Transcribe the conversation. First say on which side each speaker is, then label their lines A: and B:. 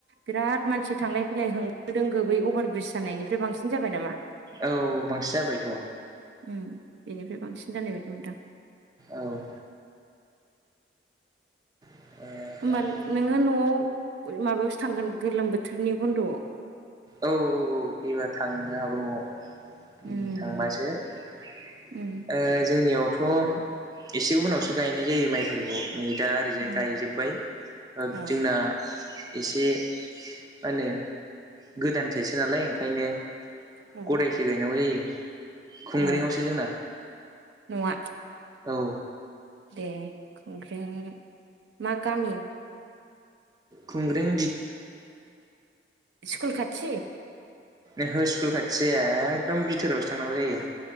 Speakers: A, on the right; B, on the right.
A: बिराद मानसि थांलाय फैलाय होंगो दोंगो बै अभार ब्रिज जानायनिफ्राय बांसिन जाबाय नामा?
B: औ बांसि जाबायथ'।
A: उम इनिफ्राय बांसिन जानाय बायदि मोनदां।
B: औ औ। ओ <inaudible>
A: होमबा नोङो न'आव ओरै माबायावसो थांगोन नों गोलोम बोथोरनि बन्द'आव।
B: औ औ औ एबार थांनो हागौ न'आव। <unintelligible>
A: उम
B: थांबासो ओह
A: उम
B: जोंनियावथ' थ' एसे उनावसो गायनाय जायो माइफोरखौ। नै दा ओरैजाय
A: उम
B: गायजोब्बाय ओ
A: औ
B: जोंना एसे मा ओनो। गोदान थाइसो आलाय ओंखायनो।
A: औ
B: गदायसो गायनांगौ जायो। खुंग्रियावसो
A: औ
B: जोंना।
A: नङा
B: औ।
A: दे खुंख्रिंनि मा गामि?
B: खुंग्रिं
A: स्कुल खाथि?
B: ओहो स्कुल खाथि जाया एकदम बिथोरावसो थांनांगौ जायो।